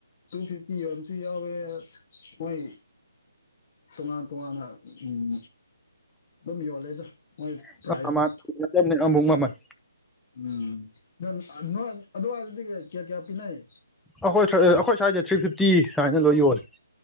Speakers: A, on the left; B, in the centre.
A: ꯇꯨ ꯐꯤꯐꯇꯤ ꯌꯣꯟꯕꯁꯨ ꯌꯥꯎꯋꯦ ꯃꯣꯏ ꯇꯣꯉꯥꯟ ꯇꯣꯉꯥꯟꯅ ꯎꯝ ꯗꯨꯝ ꯌꯣꯜꯂꯦꯗ ꯃꯣꯏ
B: <unintelligible>
A: ꯄ꯭ꯔꯥꯏꯖꯇꯣ
B: ꯑꯃꯨꯛ ꯃꯃꯜ
A: ꯎꯝ ꯅꯣꯏ ꯑꯗꯨꯋꯥꯏꯗꯗꯤ ꯀꯌꯥ ꯀꯌꯥ ꯄꯤꯅꯩ
B: ꯑꯩꯈꯣꯏ ꯑꯈꯣꯏ ꯁꯋ꯭ꯥꯏꯗ ꯊ꯭ꯔꯤ ꯐꯤꯐꯇꯤ ꯁꯥꯏꯅ ꯂꯣꯏ ꯌꯣꯜꯂꯦ